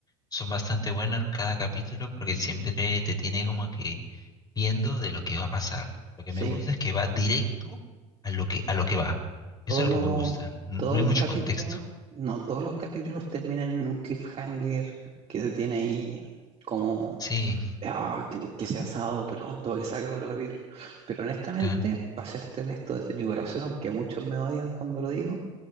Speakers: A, on the left; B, on the right.
A: son bastante buenas cada capítulo porque siempre te tiene como que viendo de lo que va a pasar. Lo que
B: Sí,
A: me gusta es que va directo a lo que, a lo que va.
B: Todos
A: Eso es lo
B: los,
A: que me gusta. N-
B: todos
A: No hay
B: los
A: mucho
B: capítulos,
A: contexto.
B: no, todos los capítulos terminan en un cliffhanger que te tiene ahí como
A: Sí,
B: "Ah, que, que sea sábado pronto para que salga el otro capítulo. Pero honestamente,
A: claro.
B: para serte honesto desde mi corazón, aunque muchos me odian cuando lo digo,